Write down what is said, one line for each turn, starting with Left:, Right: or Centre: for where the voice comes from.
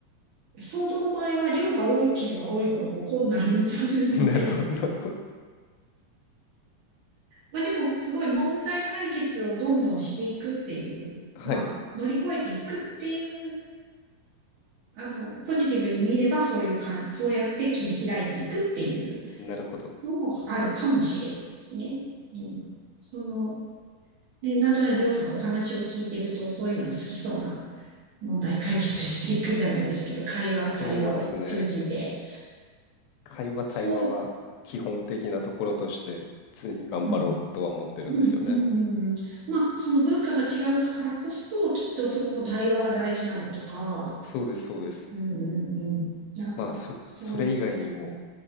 Right: ソードの場合は量が多ければ多いほどこう困難になるので、
Left: <laughs> なるほど。
Right: まあでも、すごい問題解決をどんどんしていくっていう、
Left: はい。
Right: まあ、乗り越えていくっていう、あの、ポジティブに見ればそういう感じそうやって切り開いていくっていう
Left: なるほど。
Right: のもあるかもしれないですね。うん。その、ねなんとなくりょうさんお話を聞いてると、そういうのも好きそうな問題解決していくじゃないですけど、会話、
Left: そうですね。
Right: 対話を通じて、
Left: 会話、対話は基本的なところとして常に頑張ろうとは思ってるんですよね。
Right: そう、うん。うん、うん、うんうん。まあ、その文化が違うからこそ、きっとすごく対話が大事なのとか、
Left: そうです、そうです。
Right: うんうんうん。なんか、
Left: まあそ、
Right: そう。
Left: それ以外にも、